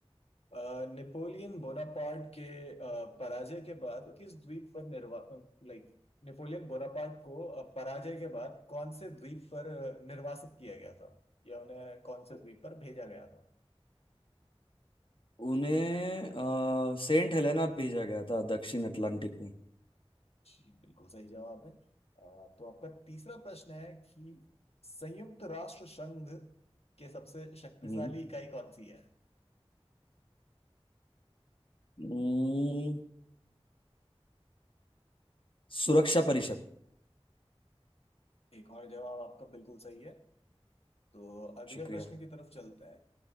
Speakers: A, on the left; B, on the left.
A: अ, नेपोलियन बोनापार्ट के अ, पराजय के बाद किस द्वीप पर निर्वा लाइक नेपोलियन बोनापार्ट को अ, पराजय के बाद कौन से द्वीप पर अ, निर्वासित किया गया था या उन्हें कौन से द्वीप पर भेजा गया था
B: उन्हें अ, सेंट हेलेना भेजा गया था दक्षिण अटलांटिक में
A: जी बिल्कुल सही जवाब है अ, तो आपका तीसरा प्रश्न है कि संयुक्त राष्ट्र संघ के सबसे शक्तिशाली
B: हम्म
A: इकाई कौन सी है
B: हम्म, सुरक्षा परिषद
A: एक और जवाब आपका बिल्कुल सही है तो अगले
B: शुक्रिया
A: प्रश्न की तरफ चलते हैं